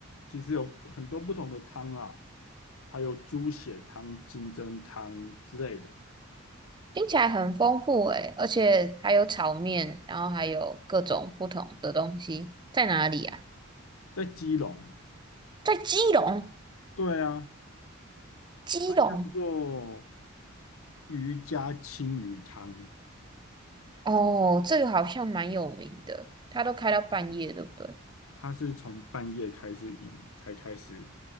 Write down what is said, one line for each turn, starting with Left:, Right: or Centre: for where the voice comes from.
Left: 其实有很多不同的汤啊，还有猪血汤、金针汤之类的。
Right: 听起来很丰富诶，而且还有炒面，然后还有各种不同的东西。在哪里啊？
Left: 在基隆，
Right: 在基隆，
Left: 对啊，
Right: 基隆。
Left: 叫做渔家青鱼汤，
Right: 哦，这个好像蛮有名的，它都开到半夜，对不对？
Left: 它是从半夜开始饮才开始，